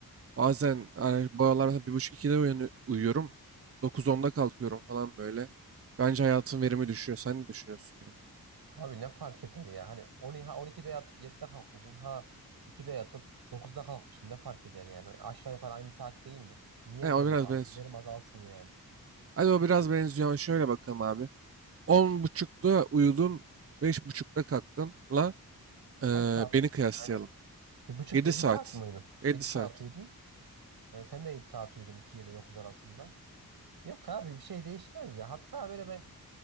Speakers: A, on the right; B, on the right.
A: bazen ara- bu aralar mesela 1.30-2'de uyanı- uyuyorum. 9-10'da kalkıyorum falan böyle. Bence hayatın verimi düşüyor. Sen ne düşünüyorsun ya?
B: Abi ne fark eder ya? Hani 10 ha 12'de yatıp 7'de kalkmışsın. Ha 2'de yatıp 9'da kalkmışsın. Ne fark eder yani? Hani Aşağı yukarı aynı saat değil mi? Niye
A: He,
B: verim
A: o biraz
B: ar-
A: benziyor.
B: verim azalsın yani?
A: Hadi o biraz benziyor ama şöyle bakalım abi. on buçukta uyudun, beş buçukta kalktın. Ee,
B: Kaç saat
A: beni
B: uyudun
A: kıyaslayalım.
B: yani? Bir buçuk
A: 7
B: 7
A: saat.
B: saat mi uyudun?
A: 7
B: 7
A: saat.
B: saat uyudun. Ee, sen de 7 saat uyudun 2 ile 9 arasında. Yok abi bir şey değişmez ya. Hatta böyle ben